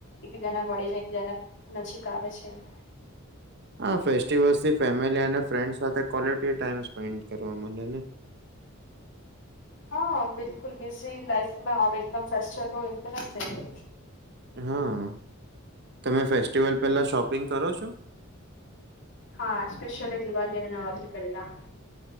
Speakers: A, on the left; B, on the right.
A: એકબીજાને મળીને, એકબીજાના નજીક આવે છે એમ.
B: હા ફેસ્ટિવલથી ફેમલી અને ફ્રેન્ડ સાથે કોલટી ટાઈમ સ્પેન્ડ કરવા મલે ને.
A: હા બિલકુલ બિઝી લાાઈફમાં અવે એકદમ ફેસ્ટિવલ બૌ ઈમ્પોર્ટન્ટ થઇ ગયો
B: હા તમે ફેસ્ટિવલ પેલા શોપિંગ કરો છો?
A: હા સ્પેશયલી દિવાળી અને નવરાત્રી પેલા.